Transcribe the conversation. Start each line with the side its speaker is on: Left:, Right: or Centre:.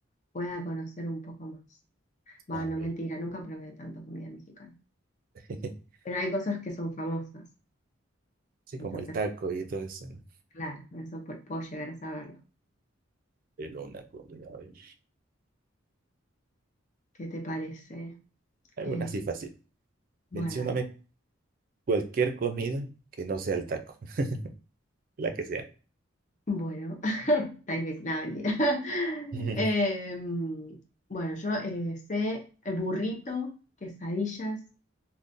Left: pueda conocer un poco más. Bueno,
Right: a ver.
Left: mentira, nunca probé tanto comida mexicana.
Right: <laughs>
Left: Pero hay cosas que son famosas.
Right: Sí, como
Left: Entonces,
Right: el taco y todo eso. ¿no?
Left: claro, eso pu- puedo llegar a saberlo.
Right: Pero una comida, a ver.
Left: ¿Qué te parece?
Right: Alguna
Left: Eh,
Right: así fácil.
Left: bueno,
Right: Mencióname
Left: dale.
Right: cualquier comida que no sea el taco, <laughs> la que sea.
Left: Bueno, <laughs> está difícil, nada, mentira. <laughs>
Right: <laughs>
Left: Em, bueno, yo eh, sé el burrito, quesadillas,